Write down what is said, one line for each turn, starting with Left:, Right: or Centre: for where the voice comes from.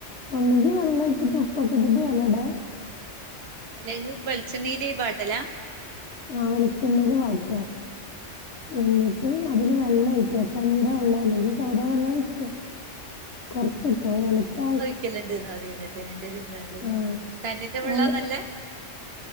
Left: ഒന്നെങ്കി വെള്ളവൊഴിച്ച് ഉപ്പൊക്കെട്ടിട്ട് <unintelligible>
Right: എല്ലെത് വെളിച്ചെണ്ണേല് വാട്ടലാ
Left: ആഹ് വെളിച്ചെണ്ണേല് വാട്ടാ എന്നിട്ട് അതില് വെള്ളം ഒഴിക്ക കഞ്ഞീടെ വെള്ളം അല്ലെങ്കി സാദാ വെള്ളം ഒഴിച്ചോ കൊറച്ച് ഇട്ടോ വേണോങ്കി ആവശ്യ
Right: ക്കല്ണ്ട്ന്ന് അറിയുന്നത് എന്റെ ഒരു ഫ്രണ്ട്
Left: ആ
Right: കഞ്ഞിന്റെ വെള്ളന്നല്ലേ
Left: എല